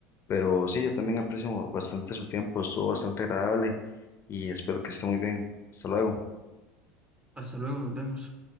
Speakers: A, on the left; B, on the right.
A: pero sí, yo también aprecio bastante su tiempo, estuvo bastante agradable y espero que esté muy bien. Hasta luego.
B: Hasta luego, nos vemos.